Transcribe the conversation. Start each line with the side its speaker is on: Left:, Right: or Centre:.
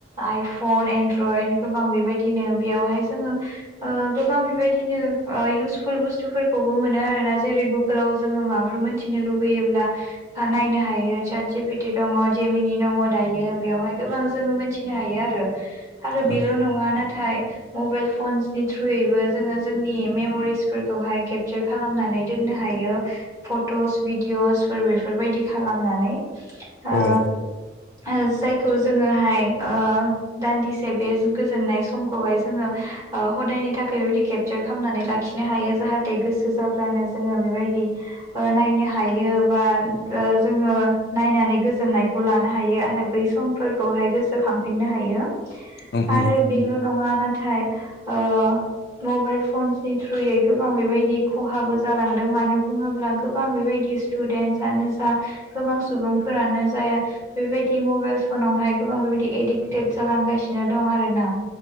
Right: आइफन फन एनरयद गोबां बेबायादिनो बेयावहाय जोड़ो ओ गोबां बेबायदिनो ओ इस बुुसतुफोरखौबो मोनो आरो ना जेरै गु गोलाव जोङो माबाफोर मोनथिनो लुुबैयोब्ला नायनो हायो सात जिपिटि दङ जेमिनि दं। दङ दायो बेयावहाय गोबां जों मोनथिनो हायो आरो आरो
Left: औ
Right: बेल' नङा ना थाय मबाइल फनसनि थ्रुयैबो जोङो जोंनि मेम'रिसफोरखौहाय केपचार खालामनानै दोननो हा यो फट'स भिदिअसफोर बेफोरबायदि खालामनानै
Left: औ
Right: ओ ओ जायखौ जोङोहाय ओ दान्दिसे बे गोजोननाय समखौहाय जोङो ओ हदायनि थाखाय बेबायदि केपचार खालामनानै लाखिनो हायो जाहाथे गोसो जाब्लानो जोङो बेबायदि ओ नायनो हायो बा ओ जोङो नायनानै गोजोननाय खौ लानो हायो आरो बै समफोरखौहाय गोसोखांफिननो हायो।
Left: उम
Right: आरो
Left: उम
Right: बिल' नङा ना थाइ ओ मबाइल फनसनि थ्रुयै गोबां बेबायदि खहाबो जा जालांदों मानो बुङोब्ला गोबां बेबायदि स्टुदेन्सनो जा गोबां सुबुंफोरानो जा या बेबायदि मबाइलस फनावहाय गोबां बेबायदि एडिक्टेड जालांगासिनो दं आरो ना